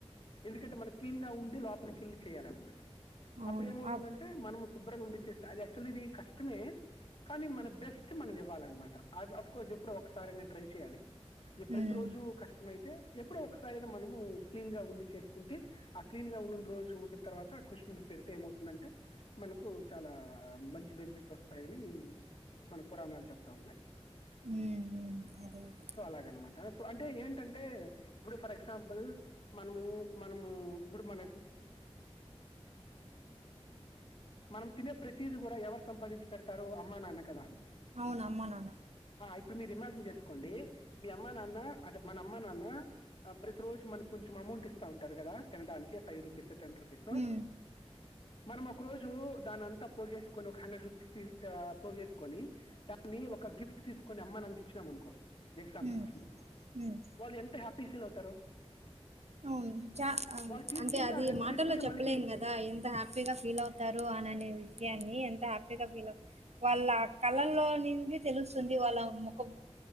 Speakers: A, on the left (about 55°); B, on the right (about 80°).
A: ఎందుకంటే మనం క్లీన్గా ఉండి లోపలికెళ్ళి చేయాలన్నమాట
B: అవును.
A: అప్పుడేమవుతుందంటే
B: అప్
A: మనము ఉండి చేస్త అది యాక్చువల్లీ ఇది కష్టమే కానీ మన బెస్ట్ మన బెస్ట్ మనం ఇవ్వాలన్నమాట అఫ్కోర్స్ ఎప్పుడో ఒకసారి నేను ట్రై చేయాలి
B: హ్మ్.
A: ప్రతిరోజు కష్టమైతే ఎప్పుడో ఒకసారైనా మనము క్లీన్ గా ఉండి చేసుకుంటే ఆ క్లీన్ గా ఉండిన రోజు ఉండిన తర్వాత కృష్ణుకీ పెడితే ఏమవుతుందంటే మనకు చాలా మంచి బెనిఫిట్స్ వస్తాయని మన పురాణాలు చెప్తా ఉన్నాయి
B: హ్మ్. హ్మ్. అదే. అదే.
A: సో అలాగ అనమాట సో అంటే ఏంటంటే ఇప్పుడు ఫర్ ఎగ్జాంపుల్ మనము మనము ఇప్పుడు మన మనం తినే ప్రతిదీ కూడా ఎవరు సంపాదించి పెడతారు అమ్మా నాన్న కదా
B: అవును. అమ్మ, నాన్న.
A: ఇప్పుడు మీరు విమర్శం చేసుకోండి మీ అమ్మా నాన్న అంటే మన అమ్మా నాన్న ప్రతి రోజు మన కొంచం అమౌంట్ ఇస్తూ ఉంటారు కదా తినడానికి ఫైవ్ రూపీస్ టెన్ రూపీసో
B: హ్మ్.
A: మనం ఒకరోజు దానింతా పోగేసుకొని ఒక హండ్రెడ్ రూపీస్ తీ పోగేసుకొని దాన్ని ఒక గిఫ్ట్ తీసుకొని అమ్మ నానికి ఇచ్చినాంమనుకో ఎగ్జాంపుల్కి
B: హ్మ్. హ్మ్.
A: వాళ్ళు ఎంత హ్యాపీ ఎం ఫీల్ అవుతారు
B: అవును చ
A: వాళ్ళు తీసుకుంటారు
B: అంటే అది
A: కానీ
B: మాటల్లో
A: తి- తిరిగి
B: చెప్పలేం
A: మళ్ళీ
B: కదా ఎంత హ్యాపీగా ఫీల్ ఔతారు అనినేవి ద్యాన్ని ఎంత హ్యాపీగా ఫీలౌ వాళ్ళ కళలో నుండి తెలుస్తుంది వాళ్ళ ముఖం